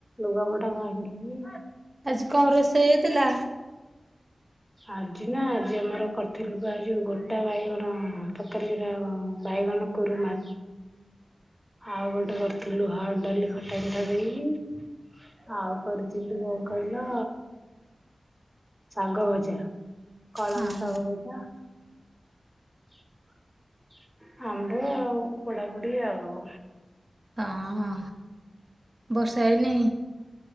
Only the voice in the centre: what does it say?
ଲୁଗାପଟା ଭାଙ୍ଗି
ଆଜି ନା ଆଜି ଆମର କରିଥିଲୁ ବା ଯୋଉ ଗୋଟା ବାଇଗଣ ତରକାରୀ ଗୁଡା ବାଇଗଣ କରୁମା ଆଉ ଗୋଟେ କରିଥିଲୁ ହରଡ ଡାଲି ଖଟା ମିଠା ଦେଇକି ଆଉ କରିଥିଲୁ କଣ କହିଲ ଶାଗ ଭଯା କଳମ
ଶାଗ ଭଜା <inaudible> ଆମ୍ଭ ଆଉ ପୋଡ଼ା ପଡି ଆଉ